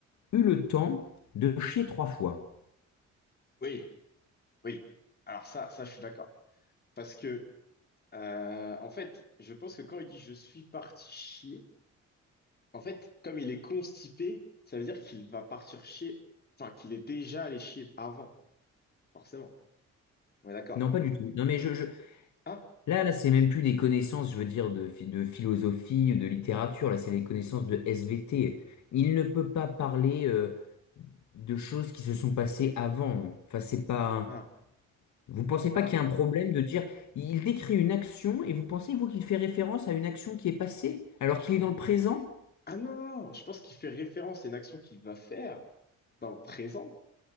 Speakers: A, on the left; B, on the left.
A: eu le temps de chier trois fois.
B: oui, oui. Alors ça, ça, je suis d'accord. Parce que, euh, en fait, je pense que quand il dit je suis parti chier, en fait, comme il est constipé, ça veut dire qu'il va partir chier, enfin, qu'il est déjà allé chier avant, forcément. On est d'accord.
A: Non, pas du tout. Non, mais je, je-
B: Hein?
A: là, là, c'est même plus des connaissances, je veux dire, de, phi- de philosophie, de littérature. Là, c'est des connaissances de SVT. Il ne peut pas parler. euh, de choses qui se sont passées avant. Enfin, c'est pas.
B: Hein?
A: Vous pensez
B: Ah,
A: pas qu'il y a un problème de dire il décrit une action et vous pensez, vous, qu'il fait référence à une action qui est passée alors qu'il est dans le présent?
B: non. Ah non, non, non. je pense qu'il fait référence à une action qu'il va faire dans le présent,